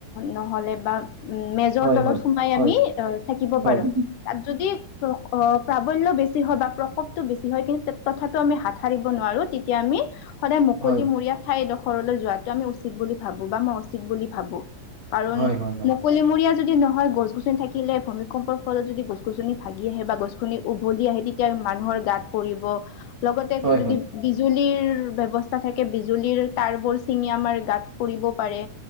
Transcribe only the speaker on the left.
নহ'লে বা উম, মেজৰ
তলত
সোমাই
আমি আহ থাকিব
পাৰোঁ
তাত যদি পা প্ৰাবল্য বেছি হয় বা প্ৰসোপটো বেছি হয়, কিন্তু তথাপিও আমি হাতত সাৰিব নোৱাৰোঁ, তেতিয়া আমি সদায় মুকলি
মৰিয়া ঠাই এডোখৰলৈ যোৱাটো আমি উচিত বুলি ভাবোঁ বা মই উচিত বুলি ভাবোঁ। কাৰণ
মুকলি মৰিয়া যদি নহয় গছ গছনি থাকিলে ভূমিকম্পৰ ফলত যদি গছ গছনি ভাগি আহে বা গছনি উভলি আহে, তেতিয়া মানুহৰ গাত পৰিব, লগতে
যদি
বিজুলীৰ ব্যৱস্থা থাকে। বিজুলিৰ তাৰবোৰ ছিঙি আমাৰ গাত পৰিব পাৰে।